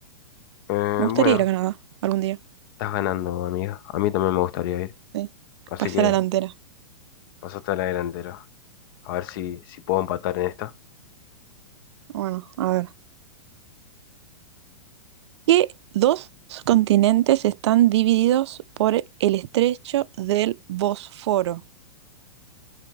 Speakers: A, on the left; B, on the right.
A: Eh,
B: me gustaría
A: bueno,
B: ir a Canadá algún día,
A: estás ganando, amiga. A mí también me gustaría ir.
B: sí,
A: Así
B: pasar
A: que
B: a la delantera.
A: pasaste a la delantera. A ver si, si puedo empatar en esta.
B: Bueno, a ver. ¿Qué dos continentes están divididos por el estrecho del Bósforo?